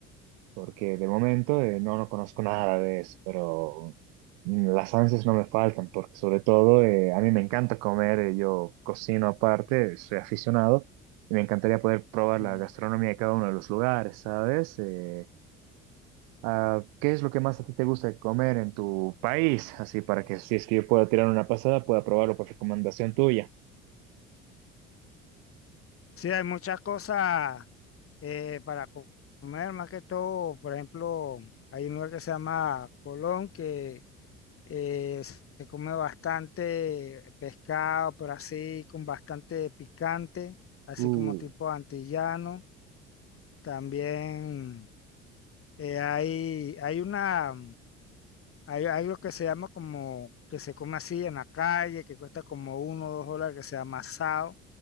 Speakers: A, on the right; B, on the left.
A: porque de momento eh, no, no conozco nada de eso, pero mm, las ansias no me faltan, porque sobre todo eh, a mí me encanta comer, eh, yo cocino aparte, soy aficionado, y me encantaría poder probar
B: ujú.
A: la gastronomía de cada uno de los lugares, ¿sabes? Eh, ah, ¿qué es lo que más a ti te gusta comer en tu país? Así para que si es que yo pueda tirar una pasada, pueda probarlo por recomendación tuya.
B: Sí, hay muchas cosas eh, para co- comer, más que todo, por ejemplo, hay un lugar que se llama Colón, que eh, se come bastante pescado, pero así con bastante picante, así
A: Uh,
B: como tipo antillano. También eh, hay, hay una... Hay algo que se llama como, que se come así en la calle, que cuesta como uno o dos dólares, que se llama sao.